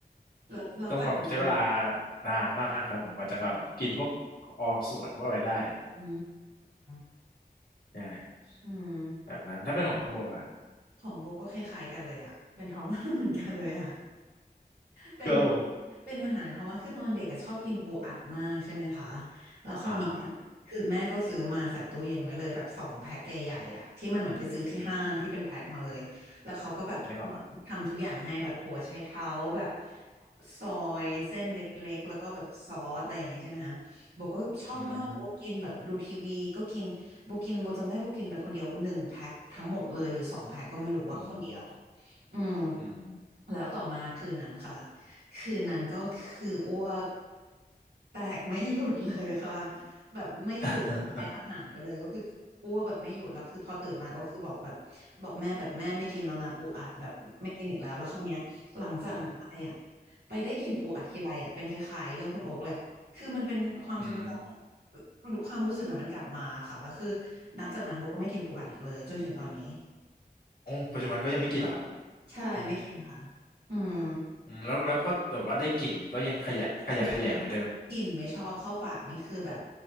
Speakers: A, on the right; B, on the left.
A: เราเราจากันมา
B: ต้องแบบใช้เวลานานมากครับผมกว่าจะมาแบบกินพวกออส่วนพวกอะไรได้
A: อืม
B: ใช่
A: อืม
B: แบบนั้นถ้าเป็นของคนโบล่ะ
A: ของโบก็คล้ายๆกันเลยอะเป็นทรอมา <laughs> เหมือนกันเลยอะ เป็น
B: ก็ผม
A: เป็นอาหารเขามากคือตอนเด็กอะชอบกินปูอัดมากใช่ไหมคะแล้วคราวนี้เนี่ยคือแม่ก็ซื้อมาใส่ตู้เย็นไว้เลยแบบสองแพ็คใหญ่ๆอ่ะที่มันเหมือนไปซื้อที่ห้างที่เป็นแพ็คมาเลยแล้วเขาก็แบบ
B: อ่าอืมนึกออกครับ
A: ทำทุกอย่างให้แบบหัวไชเท้าแบบซอยเส้นเล็กๆแล้วก็แบบซอสอะไรอย่างงี้ใช่ไหมคะโบก็ชอบมากโบก็กินแบบดูทีวีก็กินโบกินโบจำได้โบกินไปคนเดียวหนึ่งแพ็คทั้งหมดเลยหรือสองแพ็คก็ไม่รู้ว่าคนเดียว
B: อืมอืม
A: อืม
B: อืม
A: แล้วต่อมาคืนนั้นค่ะ คืนนั้นก็คืออ้วกแตกไม่หยุดเลยค่ะ <laughs> แบบไม่หยุดแพ้อาหารไปเลยก็คืออ้วกแบบไม่หยุดแล้วคือพอตื่นมาก็คือบอกแบบบอกแม่แบบแม่ไม่กินแล้วนะปูอัดแบบไม่กินอีกแล้วแล้วคราวเนี้ยหลังจากนั้นไปอ่ะ
B: <laughs> อ๋อ
A: ไปได้กินปูอัดทีไรอ่ะเป็นคล้ายๆเรื่องคุณโอ๊กเลยอ่ะคือมันเป็นความทรงจำความรู้สึกน่ะมันกลับมาค่ะแล้วคือ
B: อืม
A: นับจากนั้นโบก็ไม่กินปูอัดอีกเลยจนถึงตอนนี้
B: โอ้ปัจจุบันก็ยังไม่กินเหรอครับ
A: ใช่ไม่กินค่ะ
B: อ๋อ
A: อืม
B: อืมแล้วแล้วก็แบบว่าได้กลิ่นก็ยังขยะขยะแขยงเหมือนเดิม
A: ได้กลิ่นกลิ่นไม่ชอบเข้าปากนี่คือแบบ